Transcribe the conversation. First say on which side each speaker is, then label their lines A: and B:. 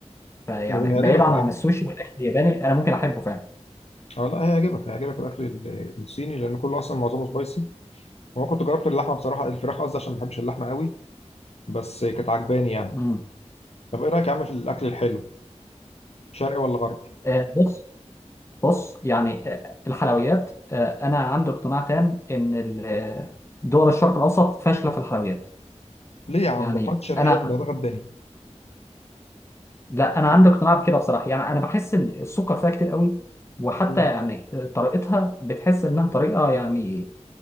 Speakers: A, on the left; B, on the left.
A: فيعني
B: هيعجبك
A: بعيدا عن
B: يا عم
A: السوشي والاكل الياباني انا ممكن احبه فعلا
B: اه لا هيعجبك هيعجبك الاكل ال- الصيني لان كله اصلا معظمه سبايسي وانا كنت جربت اللحمه بصراحه الفراخ قصدي عشان ما بحبش اللحمه قوي بس كانت عجباني يعني
A: مم.
B: طب ايه رايك يا عم في الاكل الحلو شرقي ولا غربي
A: آه، بص بص يعني آه، الحلويات آه، انا عندي اقتناع تام ان ال- آه، دول الشرق الاوسط فاشله في الحلويات
B: ليه يا عم
A: يعني
B: ده حوت شرقيه
A: انا
B: من ده غداني
A: لا انا عندي اقتناع بكده بصراحه يعني انا بحس ان السكر فيها كتير قوي وحتى
B: مم.
A: يعني طريقتها بتحس انها طريقه يعني